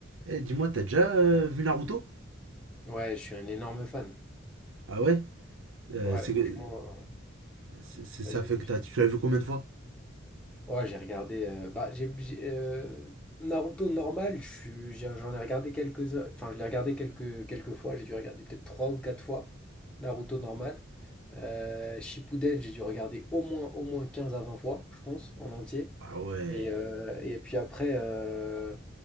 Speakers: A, on the right; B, in the centre.
A: Eh, dis-moi, t'as déjà euh, vu Naruto?
B: Ouais, je suis un énorme fan.
A: Ah ouais? Euh,
B: Ouais,
A: c'est,
B: franchement,
A: que-
B: euh,
A: c'est- c'est- ça
B: vas-y,
A: fait
B: vas-y.
A: que
B: je
A: t'as,
B: t'en
A: tu l'as vu combien de fois?
B: Ouais, j'ai regardé. euh, bah, j'ai, j'ai, euh, Naruto normal, je suis- j'ai- j'en ai regardé quelques, enfin, je l'ai regardé quelques, quelques fois. J'ai dû regarder peut-être trois ou quatre fois Naruto normal. Euh, Shippuden, j'ai dû regarder au moins, au moins 15 à 20 fois, je pense, en entier.
A: Ah ouais,
B: Et, euh, et puis après, euh,